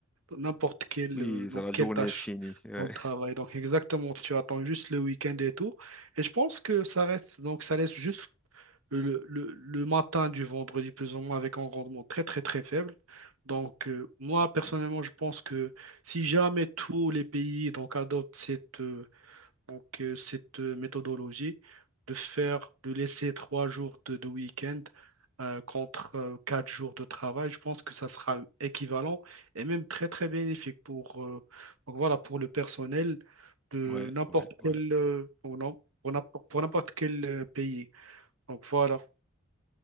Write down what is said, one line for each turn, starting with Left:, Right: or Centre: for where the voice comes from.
Right: n'importe quelle,
Centre: Oui,
Right: euh, donc,
Centre: c'est la journée
Right: quelle tâche
Centre: est finie. Ouais,
Right: dans le travail. Donc, exactement, tu attends juste le week-end et tout. Et je pense que ça reste, donc, ça laisse juste le, le, le matin du vendredi, plus ou moins, avec un rendement très, très, très faible. Donc, euh, moi,
Centre: <laughs>
Right: personnellement, je pense que si jamais tous les pays donc, adoptent cette, euh, donc euh, cette euh, méthodologie de faire, de laisser trois jours de, de week-end euh, contre euh, quatre jours de travail, je pense que ça sera équivalent et même très très bénéfique pour, euh, donc voilà, pour le personnel de
Centre: ouais,
Right: n'importe
Centre: ouais. ouais.
Right: quel euh, pour n'im- pour n'importe pour n'importe quel euh, pays. Donc voilà.